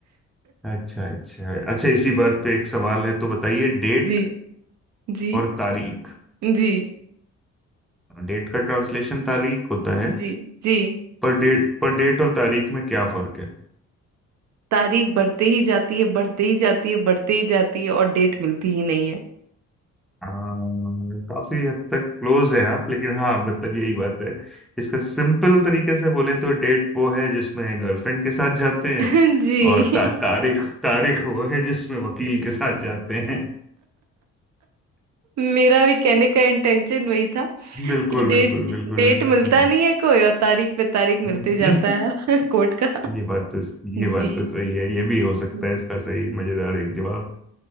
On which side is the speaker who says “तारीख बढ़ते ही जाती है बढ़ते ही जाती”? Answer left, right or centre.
Right